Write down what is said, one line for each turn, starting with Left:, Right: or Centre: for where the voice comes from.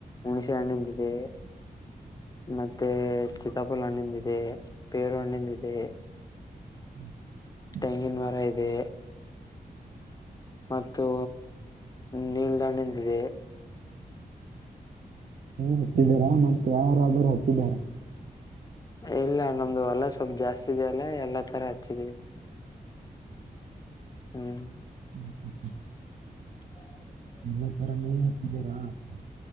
Left: ಹುಣಸೆ ಹಣ್ಣಂದಿದೆ ಮತ್ತೆ ಚಿತಾಪಲ್ ಹಣ್ಣಂದಿದೆ. ಪೇರುಹಣ್ಣಿ ದಿದೆ.
Right: <unintelligible>
Left: ತೆಂಗಿನ ಮರ ಇದೆ. ಮತ್ತು ನೀಲ್ದಾಣಿಂದ ಇದೆ.
Right: ಹಚ್ಚಿದಾರ ಮತ್ತೆ ಯಾರಾದರುಹಚ್ಚಿದಾರ.
Left: ಇಲ್ಲ ನಮ್ದು ಹೊಲ್ಲ ಸ್ವಲ್ಪ್ ಜಾಸ್ತಿ ಇದೆಯಲ್ಲ ಎಲ್ಲಾ ತರ ಹಚ್ಚಿದೀವಿ. ಹ್ಮ್.
Right: <unintelligible>
Left: <unintelligible>
Right: <inaudible>